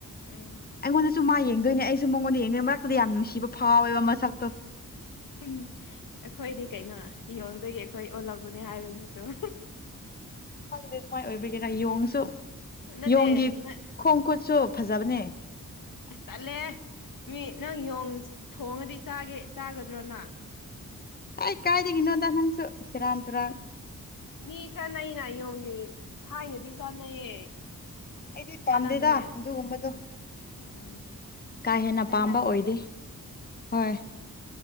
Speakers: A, on the left; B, on the left.
A: ꯎꯝ
B: ꯑꯩꯉꯣꯟꯗꯁꯨ ꯃꯥ ꯌꯦꯡꯗꯣꯏꯅꯦ ꯑꯩꯁꯨ ꯃꯉꯣꯟꯗ ꯌꯦꯡꯗꯣꯏ ꯃꯔꯛꯇꯗ ꯌꯥꯝ ꯅꯨꯡꯁꯤꯕ ꯐꯥꯎꯋꯦꯕ ꯃꯁꯛꯇꯣ
A: ꯎ ꯑꯩꯈꯣꯏꯅꯤ ꯀꯩꯅꯣ ꯌꯦꯌꯣꯡꯗꯒꯤ ꯑꯩꯈꯣꯏ ꯑꯣꯜꯂꯛꯧꯕꯅꯦ ꯍꯥꯏꯕꯅꯁꯨ
B: ꯈꯪꯗꯦ ꯑꯗꯨꯃꯥꯏꯅ ꯑꯣꯏꯕꯤꯒꯦꯔꯥ ꯌꯦꯣꯡꯁꯨ
A: ꯅꯠꯇꯦ
B: ꯌꯦꯣꯡꯒꯤ
A: ꯅ
B: ꯈꯣꯡ ꯈꯨꯠꯁꯨ ꯐꯖꯕꯅꯦ
A: ꯑ ꯇꯠꯂꯦ ꯃꯤ ꯅꯪ ꯊꯣꯡꯉꯗꯤꯒꯦ ꯆꯥꯒꯗ꯭ꯔꯣꯅ
B: ꯑꯩ ꯀꯥꯏꯗꯒꯤꯅꯣꯗ ꯅꯪꯁꯨ ꯁꯤꯔꯥꯟ ꯇꯨꯔꯥꯟ
A: ꯃꯤ ꯆꯥꯅꯩꯩꯅ ꯌꯦꯡꯒꯦ ꯊꯥꯏꯅꯗꯤ ꯆꯥꯅꯩꯌꯦ
B: ꯑꯩꯗꯤ ꯄꯥꯝꯗꯦꯗ
A: ꯆꯥꯅꯕꯅꯦ
B: ꯑꯗꯨꯒꯨꯝꯕꯗꯣ
A: ꯎꯝ
B: ꯀꯥ ꯍꯦꯟꯅ
A: ꯆꯥꯅꯕꯅꯦꯕ
B: ꯄꯥꯝꯕ ꯑꯣꯏꯗꯦ ꯍꯣꯏ